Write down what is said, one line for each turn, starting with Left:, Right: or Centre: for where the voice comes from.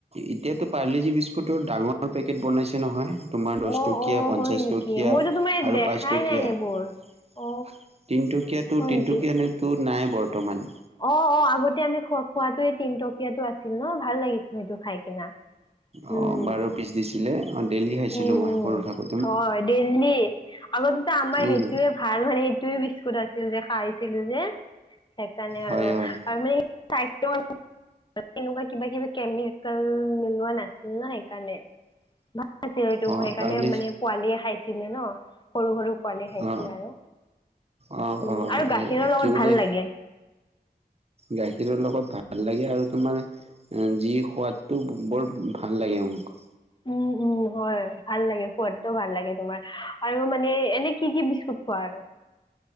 Right: এতিয়াতো পাৰ্লিজি বিস্কুটৰ ডাঙৰ পেকেট বনাইছে নহয় তোমাৰ দহ
Left: অ
Right: টকীয়া
Left: অ
Right: পঞ্চাছ
Left: হয় নেকি
Right: টকীয়া
Left: মইতো তোমাৰ
Right: আৰু
Left: দেখাই
Right: পাঁচ টকীয়া
Left: নাই সেইবোৰ অ
Right: তিনটুকীয়াাতো
Left: হয়
Right: তিনটুকীয়াো
Left: নেকি
Right: নাই বৰ্তমান
Left: অ অ আগতে আমি খ খোৱাাতে তিনটকীয়াাতটো আছিল ন ভাল লাগিছিল সেইটো খাই কিনা
Right: অঁ
Left: উম
Right: বাৰ পিছ দিছিলে অঁ ডেইলি খাইছিলোঁ
Left: উম
Right: মই
Left: উম
Right: সৰু থাকোঁ
Left: হয় দেললি আগতেতো আমাৰ
Right: উম
Left: সেইটোয়ে ভাল মানে এইটোয়ে বিস্কুট আছিল যে খাইছিলো যে সেইকাৰণে আৰু
Right: হয় হয়
Left: আৰু মানে স্বাস্থ তেনেকুৱা কিবা কিবি কেমিকেল মিলোৱা নাছিল ন সেইকাৰণে আছিল এই ত
Right: অ
Left: সেইকাৰণে
Right: পাৰলি
Left: মানে পোৱালিয় খাইছিলে ন সৰু সৰু পোৱালি খাইছিলে
Right: অ
Left: আৰু
Right: অ
Left: উম
Right: অ
Left: আৰু
Right: সেই
Left: গাখীৰৰ লগত
Right: কি বোলে
Left: ভাল লাগে
Right: গাখীৰৰ লগত ভাল লাগে আৰু তোাৰে যি সোৱাদটো বৰ ভাল লাগে মোক
Left: উম উম হয় ভাল লাগে সোৱাদটো ভাল লাগে তোমাৰ আৰু মানে এনে কি কি বিস্কুট খোৱা আৰু